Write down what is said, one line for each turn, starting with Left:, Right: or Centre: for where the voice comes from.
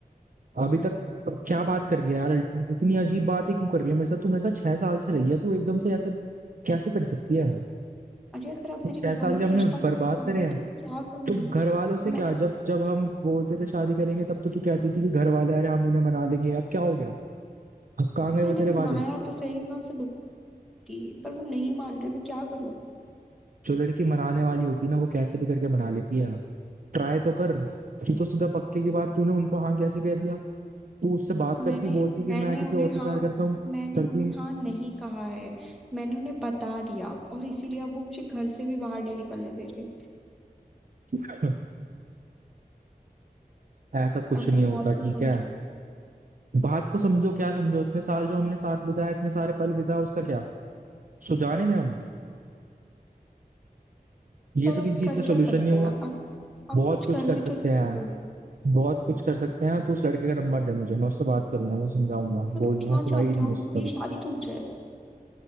Right: अभी तक अब क्या बात कर रही है यार इतनी अजीब बातें क्यों कर रही है मेरे साथ तू मेरे साथ छह साल से रही है तू एकदम से ऐसे कैसे कर सकती है
Centre: अरे अगर अब
Right: ये
Centre: मेरे
Right: छह
Centre: घर
Right: साल
Centre: वालों
Right: के
Centre: ने
Right: हमने
Centre: रिश्ता पक्का
Right: बर्बाद
Centre: कर
Right: करे
Centre: दिया
Right: हैं
Centre: तो मैं क्या करूँ
Right: तो घर वालों से
Centre: मैं
Right: क्या जब जब हम बोलते थे शादी करेंगे तब तो तू कहती थी कि घर वाले अरे हम उन्हें मना लेंगे अब क्या हो गया अब कहाँ गए वो
Centre: मैंने
Right: तेरे
Centre: मनाया
Right: वादे
Centre: तो सही मैं उनसे बोलती पर वो नहीं मान रहे मैं क्या करूँ
Right: जो लड़की मनाने वाली होती है ना वो कैसे भी करके मना लेती है ट्राई तो कर ये तो सीधा पक्के की बात तूने उनको हाँ कैसे कह दिया तू उससे बात
Centre: मैंने
Right: करती बोलती कि
Centre: मैंने
Right: मैं किसी
Centre: उन्हें
Right: और से
Centre: हाँ
Right: प्यार करता हूँ
Centre: मैंने
Right: करती
Centre: उन्हें
Right: हूँ
Centre: हाँ नहीं कहा है मैंने उन्हें बता दिया और इसीलिए अब वो मुझे घर से भी बाहर नहीं निकलने दे रहे
Right: <laughs> ऐसा कुछ
Centre: अब
Right: नहीं
Centre: मेरी
Right: होता
Centre: बात
Right: ठीक
Centre: को समझो
Right: है बात को समझो क्या समझो इतने साल जो हमने साथ बिताए इतने सारे पल बिताए उसका क्या सो जाने दें हम ये
Centre: पर
Right: तो
Centre: अब
Right: किसी चीज
Centre: कर
Right: का सोल्यूशन
Centre: क्या सकते
Right: नहीं हुआ
Centre: हैं अब आप
Right: बहुत
Centre: कुछ
Right: कुछ
Centre: कर
Right: कर
Centre: भी
Right: सकते
Centre: तो नहीं
Right: हैं यार
Centre: सकते
Right: बहुत कुछ कर सकते हैं तो उस लड़के का नंबर दे मुझे मैं उससे बात करूंगा मैं समझाऊंगा
Centre: तो
Right: बोल
Centre: तुम
Right: दूंगा
Centre: क्या
Right: कि भाई
Centre: चाहते
Right: नहीं
Centre: हो
Right: हो
Centre: मेरी
Right: सकता
Centre: शादी
Right: कुछ
Centre: टूट जाए